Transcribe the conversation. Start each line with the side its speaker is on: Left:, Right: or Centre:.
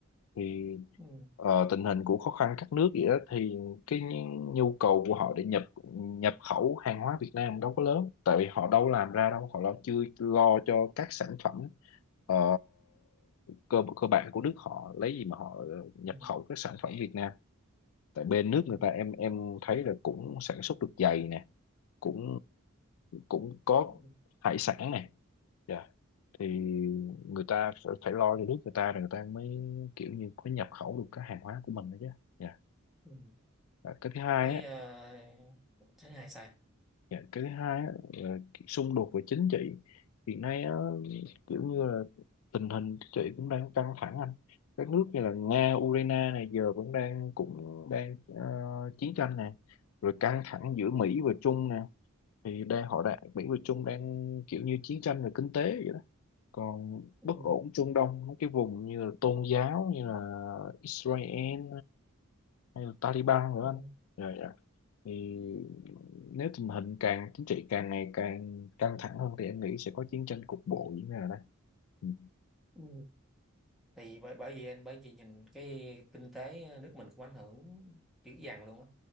Left: thì
Centre: Ừ.
Left: ờ, tình hình của khó khăn các nước vậy đó thì cái nhu nhu cầu của họ để nhập nhập khẩu hàng hóa Việt Nam đâu có lớn tại vì họ đâu làm ra đâu họ lo chưa lo cho các sản phẩm ờ, cơ cơ bản của nước họ lấy gì mà họ nhập
Centre: Ừ.
Left: khẩu các sản phẩm Việt Nam tại bên nước
Centre: Ừ.
Left: người ta em em thấy là cũng sản xuất được giày nè cũng cũng có
Centre: Ừ.
Left: hải sản nè Dạ thì người ta phải, phải lo cho nước người ta rồi người ta mới kiểu như có nhập khẩu được cái hàng hóa của mình đó chứ Dạ.
Centre: Ừ.
Left: À, cái thứ hai
Centre: Thấy,
Left: á
Centre: ờ, thấy hay sao
Left: dạ, cái thứ hai á, là xung đột về chính trị hiện nay á, kiểu như là tình hình chính trị cũng đang căng thẳng anh các nước như là Nga Ukraine này giờ cũng đang cũng đang ờ, chiến tranh nè rồi căng thẳng giữa Mỹ và Trung nè thì đang họ đã Mỹ và Trung
Centre: ừ.
Left: đang kiểu như chiến tranh về kinh tế vậy đó còn
Centre: Ừ.
Left: bất ổn Trung Đông mấy cái vùng như là tôn giáo như là Israel hay là Taliban nữa
Centre: Ừ.
Left: anh dạ dạ thì nếu tình hình càng chính trị càng ngày càng căng thẳng hơn thì em nghĩ sẽ có chiến tranh cục bộ diễn ra ở đây ừ
Centre: Ừ. thì bởi bởi vì anh bởi vì nhìn cái kinh tế nước mình cũng ảnh hưởng dữ dằn luôn á